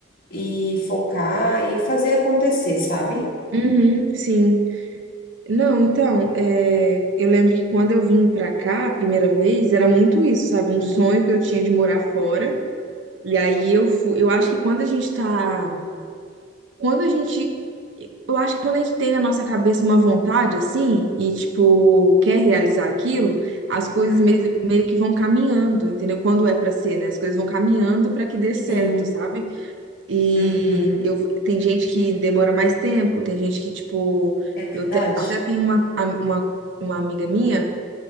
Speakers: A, on the left (about 50°); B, on the right (about 85°).
A: e focar e fazer acontecer, sabe?
B: é? uhum, sim. Não, então, é, eu lembro que quando eu vim pra cá a primeira vez, era muito isso, sabe? Um
A: Uhum,
B: sonho que eu tinha de morar fora. E aí eu fui, eu acho que quando a gente tá, quando a gente, eu acho que quando a gente tem na nossa cabeça uma vontade assim e tipo quer realizar aquilo, as coisas
A: uhum,
B: meio, meio que vão caminhando, entendeu? Quando é pra ser, né? As coisas vão caminhando pra que dê certo,
A: sim,
B: sabe? E
A: uhum,
B: eu, tem gente que demora mais tempo, tem gente que, tipo,
A: é verdade.
B: eu te- até tenho uma, a- uma, uma amiga minha